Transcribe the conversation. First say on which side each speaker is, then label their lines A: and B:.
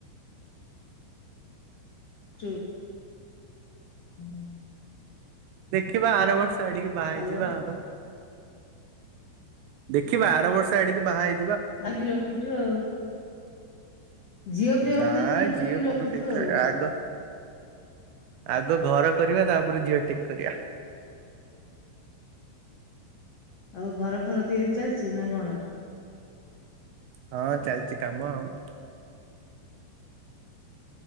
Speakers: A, on the left; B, on the right.
A: ଯଉ ହୁ
B: ଦେଖିବା ଆର ବର୍ଷ ଶାଡିକି ବାହାରିଯିବା
A: ହ୍ୟାଲୋ
B: ଆଉ <inaudible> ଦେଖିବା ଆର ବର୍ଷ ଆଡିକି ବାହା ହେଇ
A: ଆଖି ରଖିଛୁ ଆଉ। ଝିଅ ପିଅ
B: ନା
A: ବୋଧେ ଠିକ କରିକି
B: ଝିଅ କୋଉଠୁ
A: ରଖିଛୁ
B: ଠିକ କଲାଣି
A: ଆଉ।
B: <inaudible> ଆଗ ଘର କରିବା ତାପରେ ଝିଅ ଠିକ କରିବା। <inaudible>
A: ଆଉ ଘର ଫର ତିଆରି ଚାଲିଛି ନା କଣ?
B: ହଁ ଚାଲିଛି କାମ ଆଉ